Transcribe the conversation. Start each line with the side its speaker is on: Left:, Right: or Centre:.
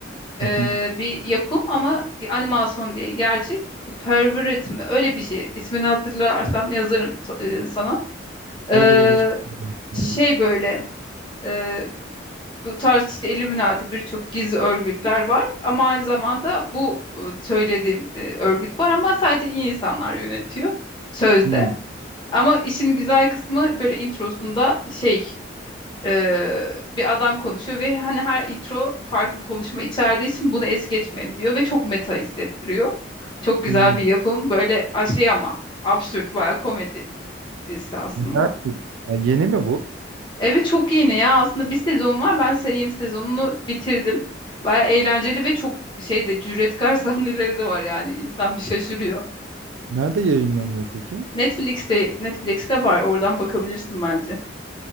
Left: e,
Right: Hı hı.
Left: bir yapım ama e, animasyon değil gerçek. The Pervert mi? Öyle bir şey. İsmini hatırlarsam yazarım so- e, sana. E,
Right: Olur olur. Olur.
Left: şey böyle e, bu tarz işte Illuminati birçok gizli örgütler var ama aynı zamanda bu e, söylediğim e, örgüt var ama sadece iyi insanlar yönetiyor sözde.
Right: Hı,
Left: Ama işin güzel kısmı böyle introsunda şey e, bir adam konuşuyor ve hani her intro farklı konuşma içerdiği için bunu es geçmeyin diyor ve çok meta hissettiriyor. Çok güzel
Right: hı.
Left: bir yapım. Böyle a- şey ama absürt bayağı komedi dizisi aslında.
Right: Nerede? Ya yeni mi bu?
Left: Evet çok yeni ya. Aslında bir sezon var. Ben se- yeni sezonunu bitirdim. Bayağı eğlenceli ve çok şey de cüretkar <laughs> sahneleri de var yani. İnsan bir şaşırıyor.
Right: Nerede yayınlanıyor peki?
Left: Netflix'te Netflix'te var. Oradan bakabilirsin bence.